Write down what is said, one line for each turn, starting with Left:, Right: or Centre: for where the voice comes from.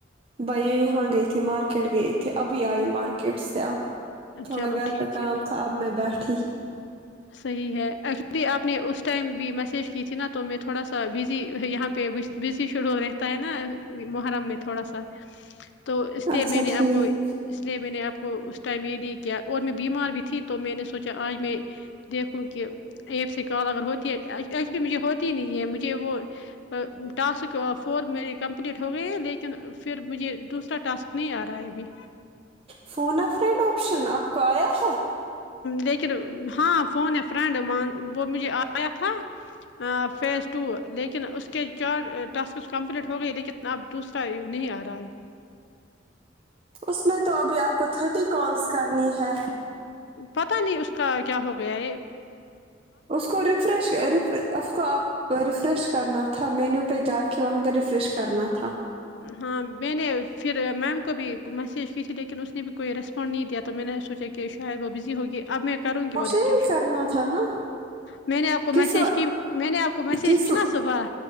Right: بائی ہاں گئے تھی مارکیٹ گئی تھے ابھی آئی مارکیٹ سے اب تھوڑا
Left: چلو
Right: گھر
Left: ٹھیک
Right: پے کام
Left: ہے
Right: تھا اب میں بیٹھی
Left: صحیح ہے ایکچولی آپ نے اس ٹائم بھی میسج کی تھی نا تو میں تھوڑا سا بزی یہاں پے پے بزی شیڈول رہتا ہے نا محرم میں تھوڑا سا تو اس لیے
Right: اچھا
Left: میں نے
Right: ٹھیک
Left: آپ کو اس لیے میں نے آپ کو اس ٹائم یے نہیں کیا اور میں بیمار بھی تھی تو میں نے سوچا آج میں دیکھوں کہ ایپ سے کال اگر ہوتی ہے ایکچولی مجھے ہوتی نہیں ہے مجھے وہ ٹاسک فور میری کمپلیٹ ہو گئی ہے لیکن پھر مجھے دوسرا ٹاسک نہیں آ رہا ہے ابھی
Right: فون افریڈ آپشن آپ کو آیا ہے
Left: لیکن ہاں فون ہے فرینڈ وہ مجھے آیا تھا فیز ٹو لیکن اس کے چار ٹاسکس کمپلیٹ ہو گئی لیکن اب دوسرا نہیں آ رہا ہے
Right: اس میں تو ابھی آپ کو تھرٹی کالس کرنی ہے
Left: پتہ نہیں اس کا کیا ہو گیا یے
Right: اس کو ریفریش رفر اس کو آپ وہ ریفریش کرنا تھا مینیو پے جا کے وہاں پے ریفریش کرنا تھا
Left: ہاں میں نے پھر میم کو بھی میسیج کی تھی لیکن اس نے بھی کوئی ریسپ پانڈ نہیں دیا تو میں نے سوچا کہ شاید وہ بزی ہوگی اب میں کروں گی
Right: مجھے
Left: وہ ریفریش
Right: کرنا تھا نا
Left: میں نے آپ کو
Right: کس
Left: میسج
Right: و...
Left: کی میں نے آپ کو میسج
Right: کس
Left: کی نا صبح